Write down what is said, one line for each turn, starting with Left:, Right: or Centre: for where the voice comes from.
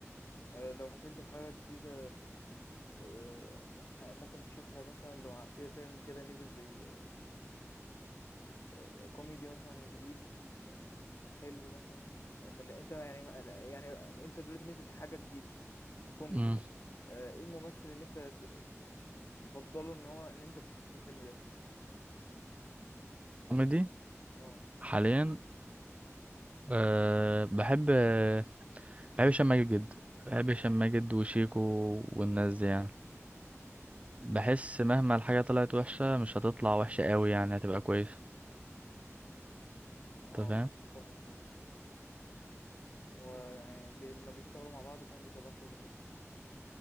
Left: آآ لو هتنزل حاجة جديدة آآ ه ممكن تشوفها مثلًا لو ع في فيلم كده نزل زي آآ كوميدي مثلًا جديد آآ حلو مثلًا، آه، من ال أنت يعني ما يعني أنت دلوقتي نزل حاجة جديدة كوميدي
Right: مم.
Left: مثلًا، آآ إيه الممثل اللي أنت ت ت تفضّله إن هو إن أنت تشوفه في الفيلم ده؟
Right: كوميدي
Left: آه،
Right: حاليا أه بحب آه، بحب هشام ماجد جدا بحب هشام ماجد وشيكو والناس دي يعني بحس مهما الحاجة طلعت وحشة مش هتطلع وحشة قوي يعني هتبقى كويسة
Left: آه،
Right: أنت فاهم؟
Left: أنا الصراحة باحبهم برضه آه، هو يعني بي لمّا بيشتغلوا مع بعض كمان بيطلّعوا شغل حلو.